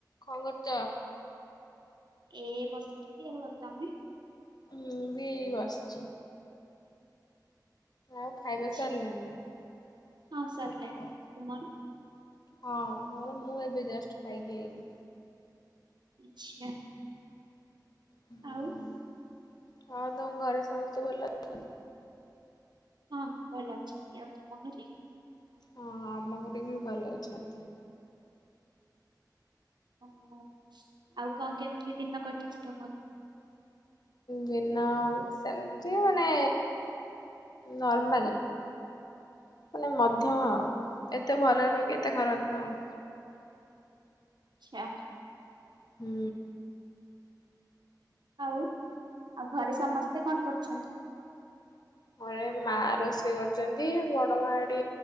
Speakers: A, on the left; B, on the right.
A: କଣ କରୁଚ?
B: ଏ ବସିଥିଲିକି ଆଉ ତମେ?
A: ମୁଁ ବି ବସିଛି। ଆଉ ଖାଇବା
B: ଆଛା
A: ସାରିଲାଣି ନା?
B: ହଁ ସରିଲାଣି ତୁମର?
A: ହଁ। ମୋର ମୁଁ ଏବେ ଜଷ୍ଟ ଖାଇକି ଆଇଲିି।
B: ଆଛା
A: ହୁଁ
B: ଆଉ।
A: ଆଉ ତମ ଘରେ ସମସ୍ତେ ଭଲ ଅଛନ୍ତି?
B: ହଁ। ଭଲ ଅଛନ୍ତି। ଆଉ ତୁମ ଘରେ?
A: ହଁ। ଆମ ଘରେ ବି ଭଲ ଅଛନ୍ତି।
B: ଓ ହୋ ଆଉ କଣ କେମିତି ଦିନ କଟିଛି ତମର?
A: ବିନା ସେମତି ମାନେ। ନର୍ମାଲ। ମାନେ ମଧ୍ୟମ ଆଉ ଏତେ ଭଲ ନୁହଁ କି ଏତେ ଖରାପ ନୁହଁ ଆଉ।
B: ଆଚ୍ଛା।
A: ହୁଁ।
B: ଆଉ ଆଉ ଘରେ ସମସ୍ତେ କଣ କରୁଛନ୍ତି?
A: ଘରେ ମା ରୋଷେଇ କରୁଛନ୍ତି। ବଡ ମା ଏଠି